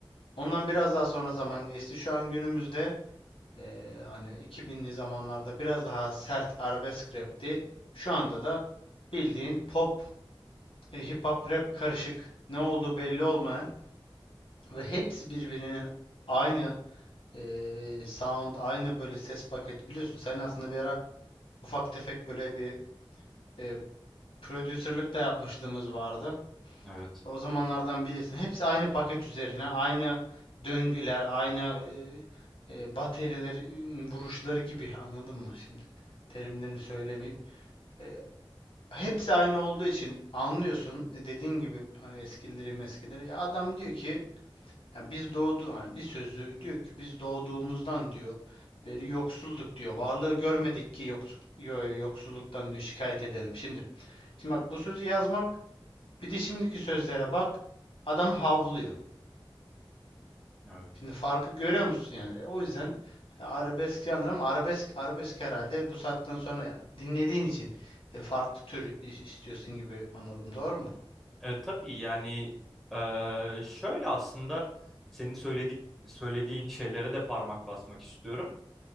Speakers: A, on the left; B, in the centre.
A: Ondan biraz daha sonra zaman geçti. Şu an günümüzde e, hani 2000'li zamanlarda biraz daha sert arabesk rapti. Şu anda da bildiğin pop, e, hip hop, rap karışık. Ne olduğu belli olmayan ve hepsi birbirinin aynı Ee, sound aynı böyle ses paket biliyorsun senin aslında bir ara ufak tefek böyle bir e, prodüserlik de yapmışlığımız vardı.
B: Evet,
A: O zamanlardan bilirsin. Hepsi aynı paket üzerine, aynı döngüler, aynı e, e, baterilerin vuruşları gibi anladın mı şimdi? Terimlerini söylemeyeyim. E, hepsi aynı olduğu için anlıyorsun. E, dediğin gibi hani eskileri meskileri. Ya adam diyor ki Ya biz doğdu hani bir sözü diyor ki biz doğduğumuzdan diyor beri yoksulduk diyor. Varlığı görmedik ki yoksulluk, yo- yoksulluktan diyor şikayet edelim. Şimdi şimdi bak bu sözü yazmak bir de şimdiki sözlere bak. Adam havlıyor.
B: evet.
A: Şimdi farkı görüyor musun yani? E, o yüzden e, arabesk yandır ama arabesk arabesk herhalde bu saatten sonra yani dinlediğin için e, farklı tür istiyorsun gibi anladım. Doğru mu?
B: E, tabii yani e, şöyle aslında senin söyledik söylediğin şeylere de parmak basmak istiyorum.